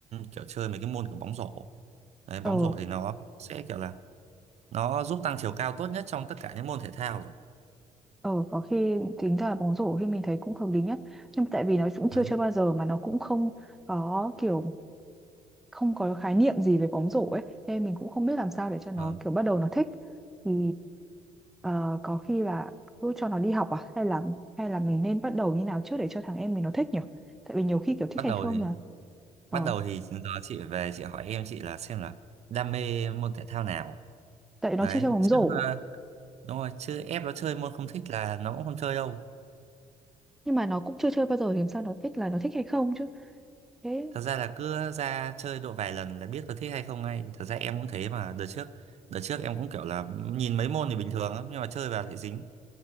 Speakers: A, on the right (about 55°); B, in the centre.
A: kiểu chơi mấy cái môn kiểu bóng rổ đấy bóng
B: ờ
A: rổ thì nó sẽ kiểu là nó giúp tăng chiều cao tốt nhất trong tất cả những môn thể thao rồi
B: ờ có khi tính ra là bóng rổ khi mình thấy cũng hợp lý nhất nhưng mà tại vì nó cũng chưa
A: đấy.
B: chơi bao giờ mà nó cũng không có kiểu không có khái niệm gì về bóng rổ ấy nên mình cũng không biết làm sao để cho nó
A: Vâng.
B: kiểu bắt đầu nó thích thì ờ, có khi là cứ cho nó đi học à hay là hay là mình nên bắt đầu như nào trước để cho thằng em mình nó thích nhỉ tại vì nhiều khi kiểu thích
A: bắt
B: hay
A: đầu
B: không
A: thì
B: là ờ
A: bắt đầu thì giờ chị về chị hỏi em chị là xem là đam mê môn thể thao nào
B: tại nó
A: đấy
B: chưa chơi bóng
A: chứ
B: rổ
A: ờ, đúng rồi chứ ép nó chơi môn không thích là nó cũng không chơi đâu
B: nhưng mà nó cũng chưa chơi bao giờ thì làm sao nó biết là nó thích hay không chứ thế
A: thật ra là cứ ra chơi độ vài lần là biết có thích hay không ngay thật ra em cũng thế mà đợt trước đợt trước em cũng kiểu là nhìn mấy môn thì bình thường lắm nhưng mà chơi vào lại dính